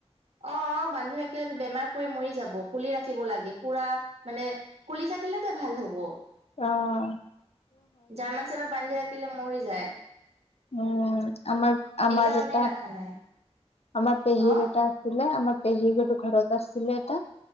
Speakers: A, on the right; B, on the left.
A: অ অ বান্ধি ৰাখিলে বেমাৰ পৰি মৰি যাব, খুলি ৰাখিব লাগে। পুৰা মানে খুলি থাকিলেতে ভাল হ'ব।
B: অঁ!
A: জাৰ্মান চেফাৰ্ড বান্ধি ৰাখিলে মৰি যায়।
B: উম আমাৰ আমাৰ
A: এইকাৰণে
B: এটা
A: ৰাখা নাই
B: আমাৰ পেহীৰ
A: অ
B: এটা আছিলে আমাৰ ঘৰত আছিলছিলে এটা